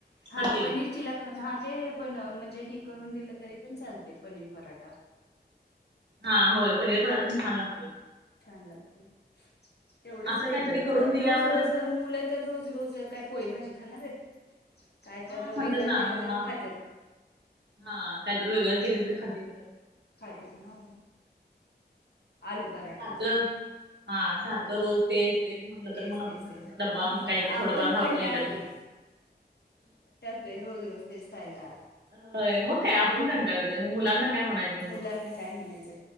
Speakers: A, on the left; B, on the right.
A: हां,
B: खातील.
A: पनीर चिला पण हा ते बन, म्हणजे ही करून दिलं तरी पण चालते पनीर पराठा.
B: हा होय पनीर पराठा, पण छान लागतोय.
A: छान लागतय तेवढंच
B: पण असं
A: वेगळं
B: काहीतरी करून
A: आ
B: दिल्यावरच
A: रोज, रोज मुलं तर रोज, रोज काय पोळी भाजी खाणार आहेत काय
B: हा
A: तर
B: म्हणतात
A: वेगळं
B: ना
A: दिलं
B: मम्मा
A: तर खात्यात.
B: हा काहीत वेगळं केले तर खातील तर.
A: खातेत ना. आलू पराठा
B: सारखं हा सारखं रोज तेज तेच म्हटलं
A: तेच
B: तर म नको
A: तेच
B: म्हणत्यात,
A: तेच
B: मग डब्बा म काही तर
A: आपण
B: थोडफार
A: कंटाळतोय
B: राकून येतात म.
A: ते रोज रोज तेस खायला
B: अ मग काय आपुण कंटाळते म मुलांना काय म्हणायचं
A: मुलांना
B: मग
A: काय म्हणायचं